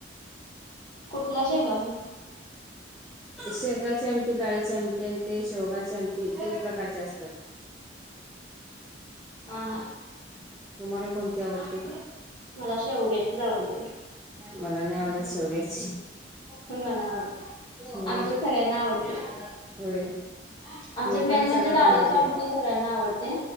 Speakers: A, on the left; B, in the centre.
A: कुठल्या शेंगा पण?
B: शेंगाची आमटी दाळीची आमटी ते शेवगाची आमटी तीन प्रकारचे असतात.
A: हा हा
B: तुम्हाला कोणती आवडते?
A: मला शेवग्याचीच आवडते
B: मला नाही आवडत शेवग्याची
A: मला
B: होय
A: आवडते आमच्यात सगळ्यांना आवडते. आमच्यात
B: मी
A: मेन
B: पण
A: म्हणजे
B: सगळं
A: डाळीची
B: बनवते
A: आमटी सगळ्यांना आवडते.